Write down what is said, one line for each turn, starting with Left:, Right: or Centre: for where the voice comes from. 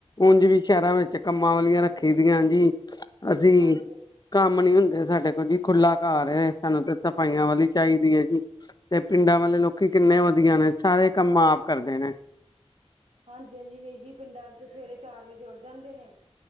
Left: ਉਂਝ ਵੀ ਸ਼ਹਿਰਾਂ ਵਿੱਚ ਕੰਮਾਂ ਵਾਲੀਆਂ ਰੱਖ ਖੀ ਦੀਆਂ ਜੀ ਅਸੀਂ
Right: ਹਾਂਜੀ
Left: ਕੰਮ ਨੀ ਹੁੰਦੇ ਸਾਡੇ ਕੋ ਜੀ। ਖੁੱਲਾ ਘਾਰ ਏ ਸਾਨੂੰ ਤੇ ਸਫ਼ਾਈਆਂ ਵਾਲੀ ਚਾਈਦੀ ਏ ਜੀ। ਤੇ ਪਿੰਡਾਂ ਵਾਲੇ ਲੋਕੀ ਕਿੰਨੇ ਵਧੀਆ ਨੇ ਸਾਰੇ ਕੰਮ ਆਪ ਕਰਦੇ ਨੇ।
Right: ਹਾਂਜੀ-ਹਾਂਜੀ ਨਹੀਂ ਜੀ ਪਿੰਡਾਂ ਵਾਲੇ ਤੇ ਸਵੇਰੇ ਚਾਰ ਵਜੇ ਉੱਠ ਜਾਂਦੇ ਨੇ।